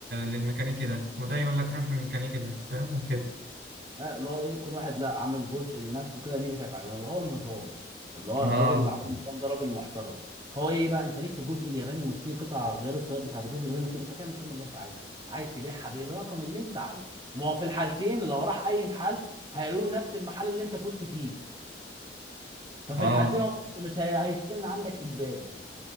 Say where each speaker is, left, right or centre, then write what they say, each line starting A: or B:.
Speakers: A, on the right; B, on the right.
A: للميكانيكي ده وده يقول لك روح للميكانيكي ده فاهم وكده
B: آه، اللي هو ايه كل واحد لا عامل جزء لنفسه كده دي اللي كانت عجباني اللي هو النظام اللي هو
A: اه
B: الراجل اللي عامل النظام ده راجل محترم فهو ايه بقى انت ليك في الجزء الياباني والصيني قطع غير السيارات بتاعت الجزء الياباني والصيني انت تعمل فيهم اللي انت عايزه عايز تبيعها بالرقم اللي انت عايزه وما هو في الحالتين لو راح اي محل هيقولوا له نفس المحل اللي انت كنت فيه ففي
A: اه
B: الحالتين هو مش هي- هيشتري من عندك اجباري